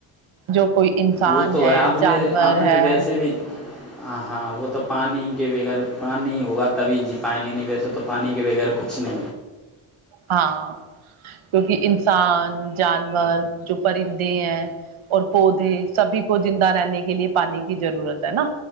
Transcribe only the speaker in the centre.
وہ تو
آپ
نے آپ
نے ویسے بھی ہاں ہاں وہ تو پانی کے بغیر پانی ہوگا تبھی جی پائیں گے نہیں ویسے تو پانی کے بغیر کچھ نہیں